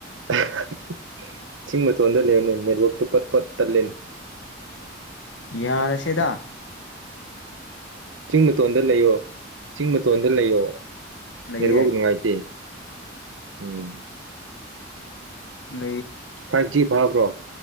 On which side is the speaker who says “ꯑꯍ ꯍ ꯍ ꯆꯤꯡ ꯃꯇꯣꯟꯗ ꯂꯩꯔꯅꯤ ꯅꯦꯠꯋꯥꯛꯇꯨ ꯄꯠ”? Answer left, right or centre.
Right